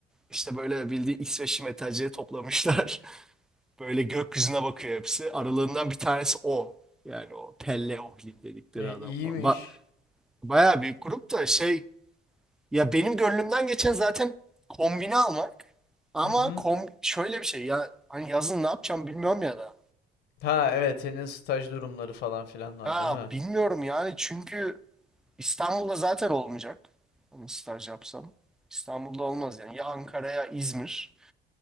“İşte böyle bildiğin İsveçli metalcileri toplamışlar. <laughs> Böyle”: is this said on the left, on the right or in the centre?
Centre